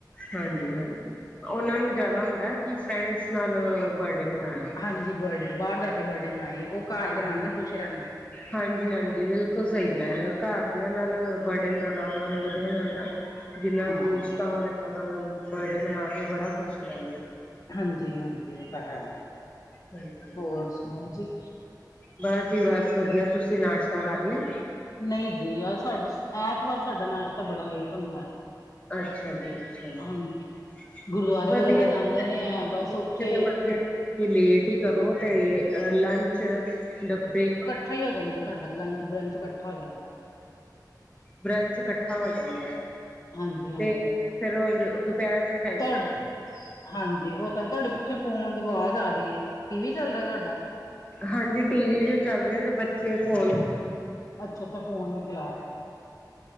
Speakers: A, on the left; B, on the left.
A: ਹਾਂਜੀ ਹਾਂਜੀ, ਉਹਨਾਂ ਨੂੰ ਜ਼ਿਆਦਾ ਹੁੰਦਾ ਕਿ ਫਰੈਂਡਸ ਨਾਲ ਬਰਡੇ ਮਨਾਉਣਾ।
B: ਹਾਂਜੀ ਬਰਡੇ ਬਾਹਰ ਜਾ ਕੇ ਬਰਡੇ ਮਨਾਈਏ। ਉਹ ਘਰ
A: ਹਾਂਜੀ।
B: ਦੇ ਨਾਲ ਨੀ ਖੁਸ਼ ਰਹਿੰਦੇ
A: ਹਾਂਜੀ ਹਾਂਜੀ ਬਿਲਕੁਲ ਸਹੀ ਕਿਹਾ ਘਰਦਿਆਂ ਦੇ ਨਾਲ ਬਰਡੇ ਮਨਾਉਣਾ ਉਹਨਾਂ ਨੂੰ ਵਧੀਆ ਨੀਂ ਲੱਗਦਾ। ਏਹਨਾਂ
B: ਹਾਂ
A: ਦੋਸਤਾਂ ਨਾਲ ਬਰਡੇ ਮਨਾ ਕੇ ਬੜਾ ਖੁਸ਼ ਰਹਿੰਦੇ ਨੇ।
B: ਹਾਂਜੀ ਹਾਂਜੀ, ਉਹ ਤਾਂ ਹੈ
A: ਹਾਂਜੀ
B: ਹੋਰ ਸੁਣਾਓ ਜੀ।
A: ਬਸ ਜੀ ਬਸ ਵਧੀਆ ਤੁਸੀਂ ਨਾਸ਼ਤਾ ਕਰ ਲਿਆ।
B: ਨਹੀਂ ਜੀ ਐਤਵਾਰ ਸਾਡਾ ਨਾਸ਼ਤਾ ਬੜਾ ਲੇਟ ਹੁੰਦਾ।
A: ਅੱਛਾ ਜੀ, ਅੱਛਾ ਜੀ।
B: ਹਾਂਜੀ। ਗੁਰਦੁਆਰੇ
A: ਵਧੀਆ
B: ਵਗੈਰਾ ਜਾਂਦੇ
A: ਜੀ
B: ਨੇ ਹੈ
A: ਵਧੀਆ।
B: ਬਸ ਉੱਥੇ
A: ਤੁਸੀਂ ਨਾਸਤਾ ਲੇਟ ਹੀ ਕਰੋ ਤੇ ਲੰਚ ਯਾ ਬ੍ਰੇਕ।
B: ਇਹੀਓ ਹੀ ਹੋ ਜਾਂਦਾ ਸਾਡਾ ਲੰਚ ਬਰੰਚ ਇਕੱਠਾ। ਹੋ ਜਾਂਦਾ
A: ਬ੍ਰੈਂਚ ਇਕੱਠਾ ਹੋ ਜਾਂਦਾ ਹੈ,
B: ਹਾਂਜੀ
A: ਤੇ ਫੇਰ ਦੁਪਹਿਰ ਦੇ
B: ਹਾ, ਹਾਂਜੀ ਉਹ ਤਾਂ ਤੁਹਾਡੇ ਪਿੱਛੋਂ ਫੋਨ ਦੀ ਅਵਾਜ਼ ਆ ਰਹੀ ਹੈ, ਟੀਵੀ ਚੱਲ ਰਿਹਾ ਤੁਹਾਡਾ?
A: ਹਾਂਜੀ, ਟੀਵੀ ਵੀ ਚੱਲ ਰਹੇ ਆ, ਤੇ ਬੱਚੇ ਫੋਨ
B: ਅੱਛਾ, ਛਾ ਫੋਨ ਵੀ ਚਲਾ ਰਹੇ।